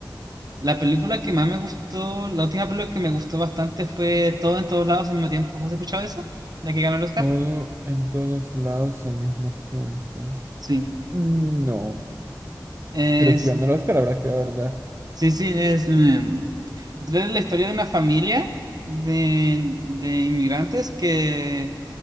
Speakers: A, on the right; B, on the right.
A: la película que más me gustó, la última película que me gustó bastante fue Todo en todos lados al mismo tiempo. ¿Has escuchado eso? La que ganó el Oscar.
B: Todo en todos lados al mismo tiempo.
A: Sí.
B: Mm, No,
A: Es,
B: pero si ganó el Oscar habrá que verla.
A: sí, sí, es em, es la historia de una familia de, de inmigrantes que